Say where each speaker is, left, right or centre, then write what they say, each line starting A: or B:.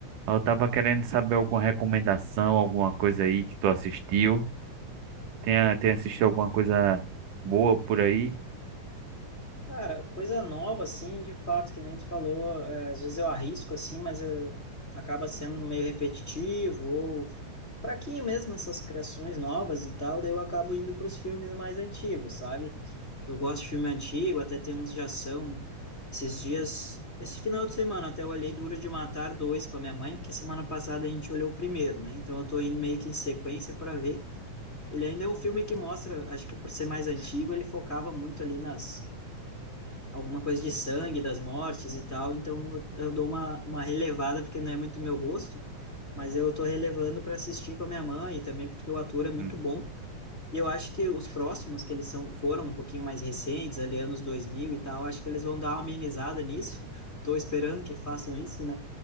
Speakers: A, on the right; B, on the left.
A: Eu tava querendo saber alguma recomendação, alguma coisa aí que tu assistiu. Tem, a- tem assistido alguma coisa boa por aí?
B: Cara, coisa nova, assim, de fato, que nem tu falou. é, às vezes eu arrisco, assim, mas eu, acaba sendo meio repetitivo ou fraquinho mesmo essas criações novas e tal, daí eu acabo indo para os filmes mais antigos, sabe? Que eu gosto de filme antigo, até tem uns de ação. Esses dias, esse final de semana, até eu olhei Duro de Matar dois com a minha mãe, porque semana passada a gente olhou o primeiro, né? Então eu tô indo meio que em sequência para ver. Ele ainda é um filme que mostra, acho que por ser mais antigo, ele focava muito ali nas alguma coisa de sangue, das mortes e tal, então eu, eu dou uma, uma relevada, porque não é muito meu gosto, mas eu tô relevando para assistir com a minha mãe, e também porque o ator é muito
A: Uhum.
B: bom, e eu acho que os próximos, que eles são, foram um pouquinho mais recentes, ali anos 2000 e tal, acho que eles vão dar uma amenizada nisso, <laughs> tô esperando que façam isso, né,